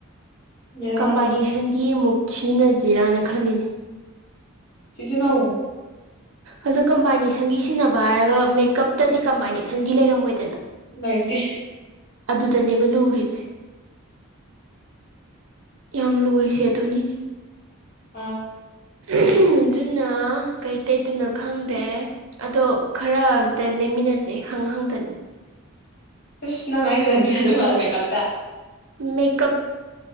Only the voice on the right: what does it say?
ꯀꯝꯕꯥꯏꯅꯦꯁꯟꯒꯤ ꯃꯨꯛ ꯁꯤꯖꯤꯅ ꯖꯤꯔꯥꯅ ꯈꯜꯂꯤꯅꯤ
ꯑꯣ ꯀꯝꯕꯥꯏꯅꯦꯁꯟꯒꯤ ꯁꯤꯖꯤꯟꯅꯕ ꯍꯥꯏꯔꯒ ꯃꯦꯀꯞꯇꯗꯤ ꯀꯝꯕꯥꯏꯅꯦꯁꯟꯒꯤ ꯂꯩꯔꯝꯃꯣꯏꯗꯅ
ꯑꯗꯨꯗꯅꯦꯕ ꯂꯨꯔꯤꯁꯦ ꯌꯥꯝ ꯂꯔꯤꯁꯤꯦ ꯑꯗꯨꯅꯤ
<unintelligible> ꯑꯗꯨꯅ ꯀꯩꯀꯩꯗꯅꯣ ꯈꯪꯗꯦ ꯑꯗꯣ ꯈꯔ ꯑꯝꯇ ꯂꯩꯃꯤꯟꯅꯁꯦ ꯈꯪꯉ ꯍꯪꯗ
ꯃꯦꯀꯞ